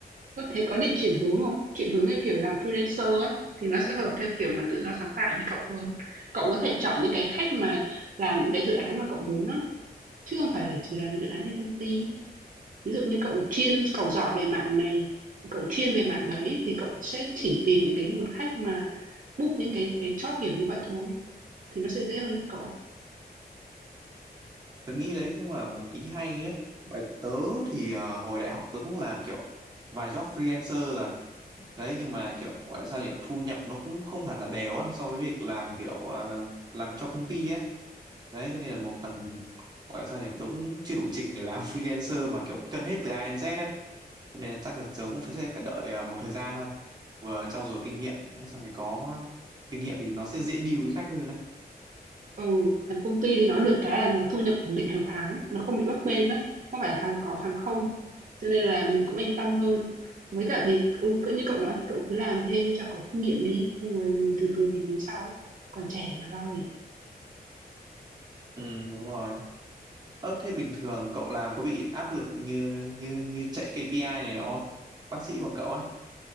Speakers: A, on the right; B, on the right.
A: có thế có định chuyển hướng không? Chuyển hướng theo kiểu làm freelancer ấy thì nó sẽ hợp theo kiểu mà tự do sáng tạo như cậu hơn. Cậu có thể chọn những cái khách mà làm những cái dự án mà cậu muốn á, chứ không phải là chỉ làm dự án theo công ty. Ví dụ như cậu chuyên cậu giỏi về mạng này, cậu chuyên về mạng đấy thì cậu sẽ chỉ tìm những cái nguồn khách mà book những cái cái job kiểu như vậy thôi, thì nó sẽ dễ hơn cho cậu.
B: tớ nghĩ đấy cũng là một ý hay đấy bởi tớ thì ờ, hồi đại học tớ cũng làm kiểu vài job freelancer rồi đấy nhưng mà kiểu gọi là sao kiểu thu nhập nó cũng không hẳn là đều á so với việc làm kiểu ờ, làm cho công ty á đấy cho nên là một phần gọi là sao nhỉ tớ cũng chưa đủ trình để làm <laughs> freelancer mà kiểu cân hết từ A đến Z đấy cho nên là chắc là tớ cũng phải sẽ phải đợi ờ, một thời gian thôi vừa trau dồi kinh nghiệm sau thì có kinh nghiệm thì nó sẽ dễ deal với khách hơn đấy
A: Ừ, làm công ty thì nó được cái là nó thu nhập ổn định hàng tháng, nó không bị bấp bênh đó, không phải là thằng có thằng không. Cho nên là mình cũng yên tâm hơn. Với cả thì ừ, cỡ như cậu nói thì cậu cứ làm thêm cho có kinh nghiệm đi, xong rồi mình từ từ mình tính sau. Còn trẻ mà lo gì.
B: ừ đúng rồi ơ thế bình thường cậu làm có bị áp lực như như như chạy KPI này nọ không bác sĩ bọn cậu á